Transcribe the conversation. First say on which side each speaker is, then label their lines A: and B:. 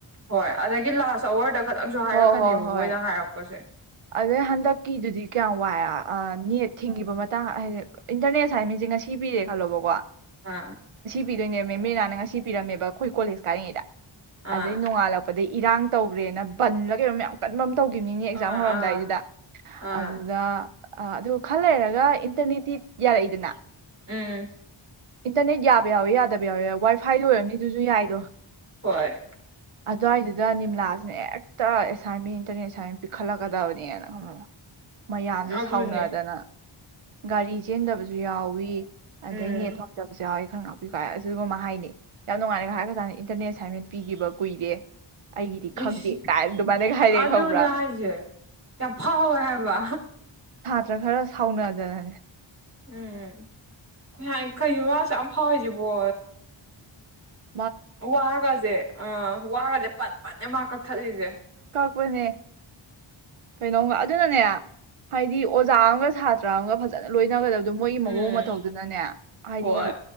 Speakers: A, on the right (about 30°); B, on the right (about 80°).
A: ꯍꯣꯏ ꯑꯗꯒꯤ ꯂꯥꯁ ꯑꯋꯥꯔꯗ ꯈꯇꯪꯁꯨ ꯍꯥꯏꯔꯛꯀꯅꯦꯕ
B: ꯍꯣꯏ ꯍꯣꯏ ꯍꯣꯏ
A: ꯃꯣꯏꯅ ꯍꯥꯏꯔꯛꯄꯁꯦ
B: ꯑꯗꯩ ꯍꯟꯗꯛꯀꯤꯗꯨꯗꯤ ꯀꯌꯥꯝ ꯋꯥꯏ ꯅꯦꯠ ꯊꯤꯡꯈꯤꯕ ꯃꯇꯥꯡ ꯍꯥꯏꯗꯤ ꯏꯟꯇꯔꯅꯦꯠꯁ ꯍꯥꯏ ꯃꯤꯁꯦ ꯉꯁꯤ ꯄꯤꯔꯦ ꯈꯜꯂꯣꯕꯀꯣ
A: ꯑꯥ
B: ꯄꯤꯗꯣꯏꯅꯦꯕ ꯃꯦꯝ ꯃꯔꯤꯅꯥꯅ ꯉꯁꯤ ꯄꯔꯝꯃꯦꯕ ꯑꯩꯈꯣꯏ ꯀꯣꯂꯦꯖ ꯀꯥꯏꯔꯤꯉꯩꯗ
A: ꯑꯥ
B: ꯑꯗꯩ ꯅꯣꯡꯉꯥꯜꯂꯛꯄꯗꯒꯤꯩ ꯏꯔꯥꯡ ꯇꯧꯈ꯭ꯔꯦꯅ ꯕꯟꯂ ꯀꯩꯅꯣ ꯃꯌꯥꯝ ꯀꯟꯕ ꯑꯃ ꯇꯧꯈꯤꯕꯅꯤ ꯑꯦꯛꯖꯥꯝ
A: ꯑꯥ
B: ꯍꯧꯔꯝꯗꯥꯏꯗꯨꯗ
A: ꯑꯥ ꯑꯥ
B: ꯑꯗꯨꯗ ꯑꯥ ꯑꯗꯨꯒ ꯈꯔ ꯂꯩꯔꯒ ꯏꯟꯇꯔꯅꯦꯠꯇꯤ ꯌꯥꯜꯂꯛꯏꯗꯅ
A: ꯎꯝ
B: ꯏꯟꯇꯔꯅꯦꯠ ꯌꯥꯕ ꯌꯥꯎꯋꯦ ꯌꯥꯗꯕ ꯌꯥꯎꯋꯦ ꯋꯥꯏ ꯐꯥꯏꯗ ꯑꯣꯏꯔꯅꯤ ꯑꯗꯨꯁꯨ ꯌꯥꯏꯗꯣ
A: ꯍꯣꯏ
B: ꯑꯗꯨꯋꯥꯏꯗꯨꯗ ꯅꯤꯝꯂꯥꯁꯤꯅ ꯍꯦꯛꯇ ꯑꯦꯁꯥꯏꯟꯃꯦꯟ ꯏꯟꯇꯔꯅꯦꯠ ꯑꯦꯁꯥꯏꯟꯃꯦꯟ ꯄꯤꯈꯠꯂꯛꯀꯗꯕꯅꯦꯅ ꯈꯪꯂꯝꯃꯣ ꯃꯌꯥꯝꯁꯦ
A: ꯑꯗꯨꯅꯦ
B: ꯁꯥꯎꯅꯗꯅ ꯒꯥꯔꯤ ꯆꯦꯟꯗꯕꯁꯨ ꯌꯥꯎꯋꯤ
A: ꯎꯝ
B: ꯑꯗꯩꯅꯦ ꯊꯣꯡꯖꯕꯁꯨ ꯌꯥꯎꯋꯦ ꯈꯔ ꯉꯥꯛꯄꯤꯀꯣ ꯑꯗꯨꯒꯨꯝꯕ ꯍꯥꯏꯅꯤ ꯌꯥꯝ ꯅꯨꯡꯉꯥꯏꯔꯦ ꯍꯥꯏꯔ ꯈꯖꯥꯅꯤ ꯏꯟꯇꯔꯅꯦꯠ ꯑꯦꯁꯥꯏꯟꯃꯦꯟ ꯄꯤꯈꯤꯕ ꯀꯨꯏꯔꯦ ꯑꯩꯒꯤꯗꯤ ꯈꯪꯗꯦ
A: ꯏꯁ
B: ꯀꯥꯏ ꯑꯗꯨꯃꯥꯏꯅꯒ ꯍꯥꯏꯔꯛꯑꯦ
A: ꯑꯗꯨꯅꯦ
B: ꯈꯪꯕ꯭ꯔꯥ
A: ꯍꯥꯏꯁꯦ ꯌꯥꯝ ꯐꯥꯎꯋꯦ ꯍꯥꯏꯕ
B: ꯅꯠꯇ꯭ꯔ ꯈꯔ ꯁꯥꯎꯅꯖꯅꯅꯦ
A: ꯎꯝ ꯑꯩꯈꯣꯏ ꯍꯥꯏ ꯀꯩ ꯋꯥꯁꯨ ꯌꯥꯝ ꯐꯥꯎꯁꯤꯕꯣ
B: ꯎ
A: ꯋꯥꯒꯖꯦ ꯑ ꯋꯥꯒꯗꯦ ꯄ ꯄꯅꯦ ꯃꯥ ꯊꯠꯂꯤꯁꯦ
B: ꯣꯏꯅꯦ ꯀꯩꯅꯣꯝꯒ ꯑꯗꯨꯅꯅꯦ ꯍꯥꯏꯗꯤ ꯑꯣꯖꯥ ꯑꯃꯒ ꯁꯥꯇ꯭ꯔ ꯑꯃꯒ ꯐꯖꯅ ꯂꯣꯏꯅꯒꯗꯕ ꯑꯗꯣ ꯃꯣꯏꯒꯤ ꯃꯑꯣꯡ
A: ꯎꯝ
B: ꯃꯇꯧꯗꯨꯅꯅꯦ ꯍꯥꯏꯗꯤ
A: ꯍꯣꯏ